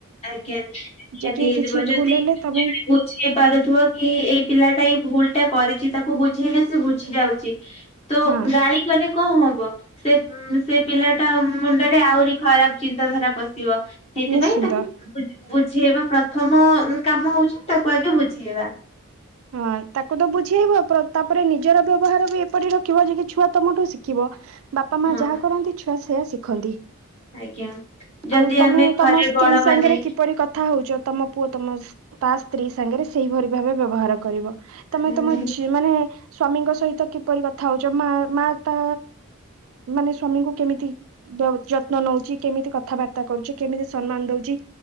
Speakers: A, on the left (about 30°); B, on the right (about 75°).
A: ଆଜ୍ଞା ନିହାତି ନିଶ୍ଚିତ
B: ଯେ କି
A: ହେଇଯିବ
B: କିଛି
A: ଯଦି
B: ଭୁଲ ହେଲେ ତମେ
A: ବୁଝେଇ ପାରୁଥିବ କି ଏଇ ପିଲା ଟା ଏଇ ଭୁଲ ଟା କରିଛି ତାକୁ ବୁଝେଇଲେ ସେ ବୁଝି ଯାଉଛି ତ
B: ହଁ
A: ଗାଳି କଲେ କଣ ହବ ସେ ସେ ପିଲାଟା ମୁଣ୍ଡରେ ଆହୁରି ଖରାପ ଚିନ୍ତାଧାରା ପଶିବ ସେଇଥିପାଇଁ
B: ନିଶ୍ଚିନ୍ତ।
A: ତାକୁ ବୁଝେଇବା ପ୍ରଥମ କାମ ହଉଛି ତାକୁ ଆଗେ ବୁଝେଇବା
B: ହଁ ତାକୁ ତ ବୁଝେଇବ ତାପରେ ନିଜର ବ୍ୟବହାର ବି ଏପରି ରଖିବ ଯେ କି ଛୁଆ ତମଠୁ ଶିଖିବ ବାପା ମା
A: ହଁ
B: ଯାହା କରନ୍ତି ଛୁଆ ସେୟା ଶିଖନ୍ତି
A: ଆଜ୍ଞା ଯଦି
B: ଆଉ ତମେ
A: ଆମେ ଘରେ
B: ତମ ସ୍ତ୍ରୀ
A: ବଡ
B: ସାଙ୍ଗରେ
A: ମାନେ
B: କିପରି କଥା ହଉଛ ତମ ପୁଅ ତମ ତା ସ୍ତ୍ରୀ ସାଙ୍ଗରେ ସେଇ ପରି ଭାବେ ବ୍ୟବହାର କରିବ। ତମେ
A: ହୁଁ
B: ତମ ଝି ମାନେ ସ୍ଵାମୀଙ୍କ ସହିତ କିପରି କଥା ହଉଛ ମା ମା ତା ମାନେ ସ୍ଵାମୀଙ୍କୁ କେମିତି ଯତ୍ନ ନଉଛି କେମିତି କଥାବାର୍ତ୍ତା କରୁଛି କେମିତି ସମ୍ମାନ ଦଉଛି